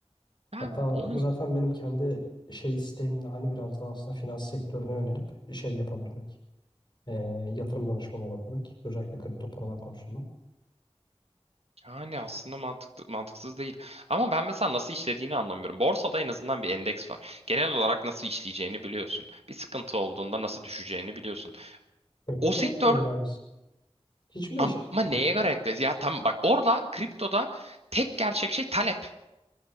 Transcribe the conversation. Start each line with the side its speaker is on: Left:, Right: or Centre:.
Right: Ben
Left: Hatta
Right: onun...
Left: zaten benim kendi şey isteğim de hani biraz daha aslında finans sektörüne yönelip şey yapabilmek. Ee, yatırım danışmanı olabilmek. Özellikle kripto paralar konusunda.
Right: Yani aslında mantıklı, mantıksız değil. Ama ben mesela nasıl işlediğini anlamıyorum. Borsada en azından bir endeks var. Genel olarak nasıl işleyeceğini biliyorsun. Bir sıkıntı olduğunda nasıl düşeceğini biliyorsun.
Left: Kripto
Right: O
Left: paralar
Right: sektör
Left: birebir aynısı. Hiçbir değişiklik
Right: ama
Left: yok
Right: neye
Left: aslında.
Right: göre ekledi? Ya tam bak orada kriptoda tek gerçek şey talep.